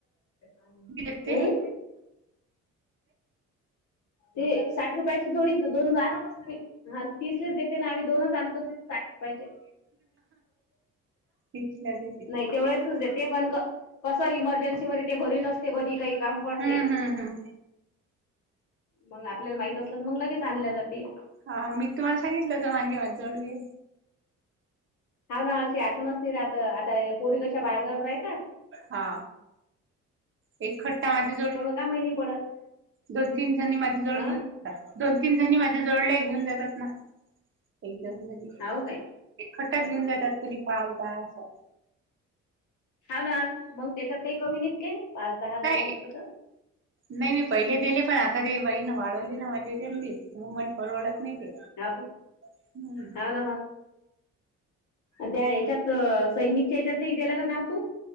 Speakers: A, on the left; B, on the right.
A: हम्
B: दिले ते.
A: ते साठ रुपयाची जोडीच दोन गा ना बसत हा तिसलेच देते ना आम्ही दोनच आणतो पाहिजे
B: म्हटलाे
A: नाही तेवढेच देते पण कसं इमर्जन्सी मध्ये ते घरी नसते कधी काही काम पडते
B: हम्म हम्म हम्म
A: मग आपल्याला माहित असलं तर मग लगेच आणल्या जाते
B: हा मी तुम्हाला सांगितलं होत मागे माझ जळू
A: हा ना अशी आठवूनच नाही राहत आता पोरी कशा बाहेरगाव राहतात
B: हा एक खट्टा माझ्या जोड
A: का महिणी पडत
B: दोन तीन जणी माझ्या जवळ
A: हा
B: घेऊनात दोन तीन जणी माझ्या जवळ घेऊन जातात ना एकदम घरी
A: हो काय
B: एक खट्टच घेऊन जातात कुणी पालदा असा
A: हा ना मग त्याच्यात काही कमी नाहीत काय पाच दहा हजार
B: नाही
A: घेतले तर
B: नाही मी पहिले दिले पण आता ते बाईण वाळवली ना माझे गली ममईल परवळत नाही ते
A: ह
B: हम्म
A: ह त्या ह्याच्यात सैनिकच्या ह्याच्यात दिला का नाव तो